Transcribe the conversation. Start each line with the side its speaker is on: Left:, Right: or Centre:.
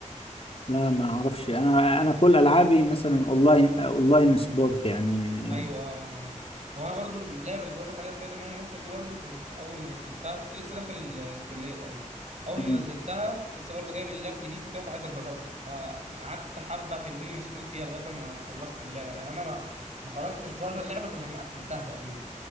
Left: لا ما اعرفش انا انا كل العابي مثلا اونلاين اونلاين سبورت يعني
Right: ايوه اه آه، ماشي هو انا برضو اللعبه اللي بقول لك عليها سبايدر مان ريماستر دي برضو كنت اول ما نزلتها كنت لسه داخل ال- الكليه تقريبا اول
Left: مم.
Right: ما نزلتها كنت لسه برضو جايب اللاب جديد وكده فعايز اجربه فقعدت حبه حلوين مسحول فيها لغايه ما خلصت اللعبه يعني انا ما ما خرجتش بره اللعبه غير لما قفلتها تقريبا